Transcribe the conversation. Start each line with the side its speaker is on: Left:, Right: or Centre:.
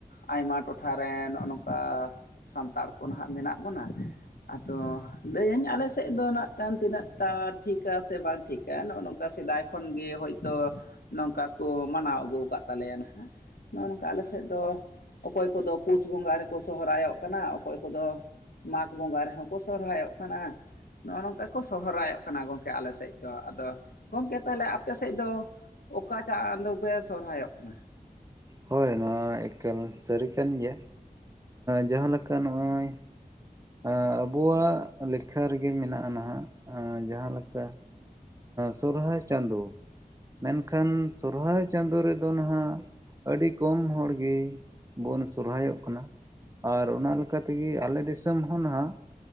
Left: ᱟᱭᱢᱟ ᱴᱚᱴᱷᱟᱨᱮ ᱱᱚᱜ-ᱚ ᱱᱚᱝᱠᱟ ᱥᱟᱱᱛᱟᱲ ᱠᱚ ᱱᱟᱦᱟᱸᱜ ᱢᱮᱱᱟᱜ ᱵᱚᱱᱟ, ᱟᱫᱚ ᱞᱟᱹᱭᱟᱹᱧ ᱟᱞᱮ ᱥᱮᱫ ᱫᱚ ᱱᱟᱜ ᱠᱷᱟᱱ ᱛᱤᱱᱟᱹᱜ ᱴᱟ ᱴᱷᱤᱠ, ᱪᱮᱫᱟᱜ ᱥᱮ ᱵᱟᱝ ᱴᱷᱤᱠᱟ ᱱᱚᱜ-ᱚ ᱱᱚᱝᱠᱟ ᱥᱮᱫᱟᱭ ᱠᱷᱚᱱᱜᱮ ᱦᱳᱭᱛᱳ ᱱᱚᱝᱠᱟ ᱠᱚ ᱢᱟᱱᱟᱣ ᱟᱹᱜᱩ ᱟᱠᱟᱟᱜ ᱛᱟᱞᱮᱭᱟ ᱱᱟᱦᱟᱜ ᱱᱚᱜ-ᱚ ᱱᱚᱝᱠᱟ ᱟᱞᱮ ᱥᱮᱫ ᱫᱚ ᱚᱠᱚᱭ ᱠᱚᱫᱚ ᱯᱩᱥ ᱵᱚᱸᱜᱟ ᱨᱮᱠᱚ ᱥᱚᱦᱚᱨᱟᱭᱚᱜ ᱠᱟᱱᱟ ᱚᱠᱚᱭ ᱠᱚᱫᱚ ᱢᱟᱜᱽ ᱵᱚᱸᱜᱟ ᱨᱮᱦᱚᱸ ᱠᱚ ᱥᱚᱦᱚᱨᱟᱭᱚᱜ ᱠᱟᱱᱟ ᱱᱚᱜ-ᱚ ᱱᱚᱝᱠᱟ ᱠᱚ ᱥᱚᱦᱚᱨᱟᱭᱚᱜ ᱠᱟᱱᱟ ᱜᱚᱝ ᱠᱮ ᱟᱞᱮ ᱥᱮᱫ ᱫᱚ ᱟᱫᱚ ᱜᱚᱝᱠᱮ ᱛᱟᱦᱚᱞᱮ ᱟᱯᱮ ᱥᱮᱫ ᱫᱚ ᱚᱠᱟ ᱪᱟᱸ-ᱫᱚ ᱯᱮ ᱥᱚᱦᱚᱨᱟᱭᱚᱜ ᱠᱟᱱᱟ?
Right: ᱦᱳᱭ ᱱᱚᱣᱟ ᱮᱠᱟᱞ ᱥᱟᱹᱨᱤ ᱠᱟᱱ ᱜᱮᱭᱟ ᱡᱟᱦᱟᱸᱞᱮᱠᱟ ᱱᱚᱜ-ᱚᱭ ᱮ ᱟᱵᱚᱣᱟᱜ ᱞᱮᱠᱷᱟ ᱨᱮᱜᱮ ᱢᱮᱱᱟᱜ-ᱟ ᱱᱟᱦᱟᱜ ᱡᱟᱦᱟᱸᱞᱮᱠᱟ ᱥᱚᱨᱦᱟᱭ ᱪᱟᱸᱫ ᱢᱮᱱᱠᱷᱟᱱ ᱥᱚᱨᱦᱟᱭ ᱪᱟᱸᱫᱚ ᱨᱮᱫᱚ ᱱᱟᱦᱟᱜ ᱟᱹᱰᱤ ᱠᱚᱢ ᱦᱚᱲᱜᱮ ᱵᱚᱱ ᱥᱚᱨᱦᱟᱭᱚᱜ ᱠᱟᱱᱟ᱾ ᱟᱨ ᱚᱱᱟ ᱞᱮᱠᱟ ᱛᱮᱜᱮ ᱟᱞᱮ ᱫᱤᱥᱚᱢ ᱦᱚᱸ ᱱᱟᱦᱟᱜ